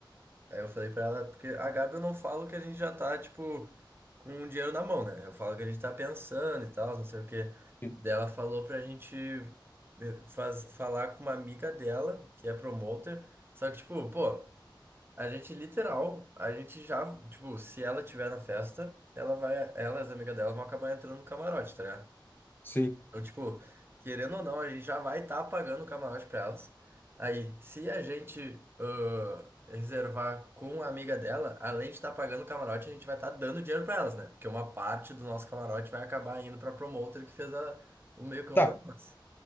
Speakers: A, on the right (about 25°); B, on the left (about 25°).
A: Aí eu falei pra ela, porque a Gabi eu não falo que a gente já tá, tipo, com o dinheiro na mão, né? Eu falo que a gente tá pensando e tal, não sei o quê.
B: Sim.
A: Daí ela falou pra gente eh, faz, falar com uma amiga dela, que é promoter. Só que, tipo, pô, a gente literal, a gente já, tipo, se ela tiver na festa, ela vai, ela e as amigas dela vão acabar entrando no camarote, tá ligado?
B: Sim.
A: Então, tipo, querendo ou não, a gente já vai estar pagando o camarote pra elas. Aí, se a gente ãh, reservar com a amiga dela, além de estar pagando o camarote, a gente vai estar dando dinheiro pra elas, né? Porque uma parte do nosso camarote vai acabar indo pra promotor que fez a- o meio-campo
B: Tá.
A: pra nós.